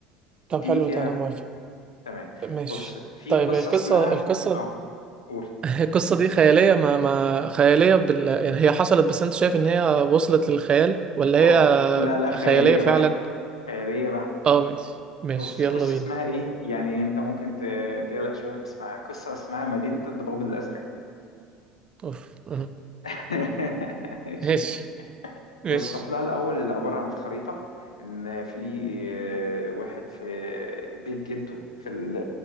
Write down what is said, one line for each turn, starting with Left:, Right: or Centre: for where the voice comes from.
Right: طب
Left: اديني
Right: حلو
Left: فيها
Right: ده انا موافق
Left: تمام
Right: ماشي
Left: بص في
Right: طيب
Left: قصة
Right: القصة
Left: اسمها
Right: القصة
Left: آه قول
Right: <laughs> القصة دي خيالية ما ما خيالية بال يعني هي حصلت بس انت شايف ان هي وصلت للخيال ولا هي
Left: آه لا لا خيالية
Right: خيالية فعلا
Left: بحتة خيالية بحتة
Right: اه ماشي ماشي
Left: بص
Right: يلا
Left: قصة
Right: بينا
Left: اسمها إيه يعني أنت ممكن ت- تقلق شوية من اسمها قصة اسمها مدينة الضباب الأزرق
Right: اوف أه.
Left: <laughs> ماشي
Right: ماشي ماشي
Left: بص فصلها الأول اللي عبارة عن الخريطة إن في آه، واحد في بيت جده في ال